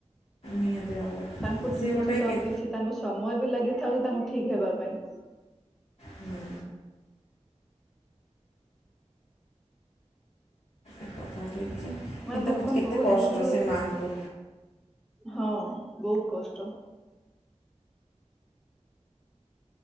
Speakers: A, on the left (about 60°); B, in the centre.
A: ନିହାତି ଭାବରେ।
B: ତାଙ୍କୁ
A: ସେ
B: କିଛି
A: ଗୋଟେ କେ
B: କିଛି ତାଙ୍କୁ ସମୟ ବି ଲାଗିଥାଉଛି ତାଙ୍କୁ ଠିକ ହେବା ପାଇଁ।
A: ହୁଁ ଏ କଥା ଠିକ ଯେ
B: ମାନେ
A: କିନ୍ତୁ
B: ଦେଖନ୍ତୁ
A: କେତେ କଷ୍ଟ
B: ଏମିତି
A: ସେ ମାଆଙ୍କୁ
B: ହଁ ବହୁତ କଷ୍ଟ।